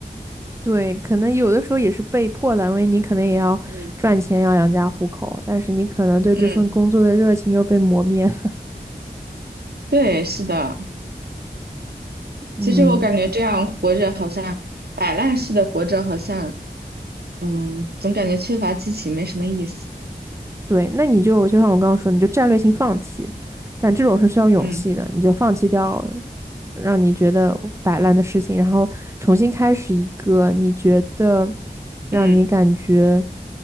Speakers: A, on the right; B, on the right.
A: 对，可能有的时候也是被迫的，因为你可能也要赚钱，
B: <laughs> 嗯，
A: 要养家糊口，但是你可能对这份工作的热情又被磨灭了。
B: 嗯，对，是的。
A: <laughs> 嗯。
B: 其实我感觉这样活着好像摆烂似的活着，好像嗯，总感觉缺乏激情，没什么意思。
A: 对，那你就就像我刚刚说的你就战略性放弃，但这种是需要勇气的，
B: 嗯
A: 你就放弃掉让你觉得摆烂的事情，然后重新开始一个你觉得
B: 嗯
A: 让你感觉